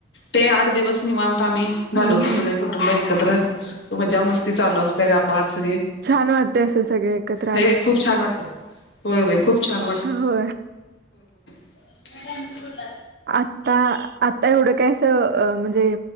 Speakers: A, on the left; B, on the right.
A: ते आठ दिवस निवांत आम्ही झाालो
B: हम्म
A: होतो सगळे
B: हम्म
A: कुटुंब एकत्र मजा मस्ती चालू असते गावात
B: छान वाटतंय असं सगळे एकत्र
A: हे खूप छान वाट होय खूप छान वा.
B: हो.
A: <unintelligible>
B: आता आता एवढं कायस म्हणजे